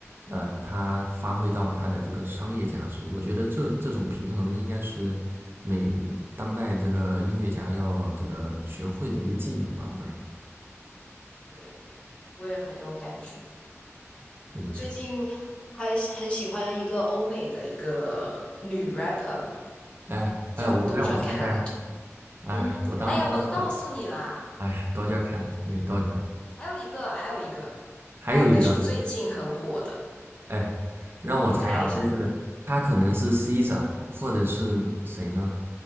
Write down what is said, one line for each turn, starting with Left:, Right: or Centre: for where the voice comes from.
Right: 呃他发挥到他的这个商业价值。我觉得这这种平衡应该是每当代这个音乐家要这个学会的一个技能吧，我认为
Left: 对，我也很有感觉。
Right: 是的是的。
Left: 我最近还喜很喜欢一个欧美的一个女 rapper，
Right: 哎哎，
Left: 叫
Right: 我让我猜猜，
Left: Doja Cat。
Right: 哎，
Left: 嗯，
Right: 我当当当，
Left: 哎呀，我都告诉你啦。
Right: 哎，Doja Cat，对 d o
Left: 还有一个，还有一个，
Right: 还有一个。
Left: 还有一个是最近很火的，
Right: 哎，让我猜啊，
Left: 你猜一下
Right: 就是他可能是 Caesar，或者是谁呢？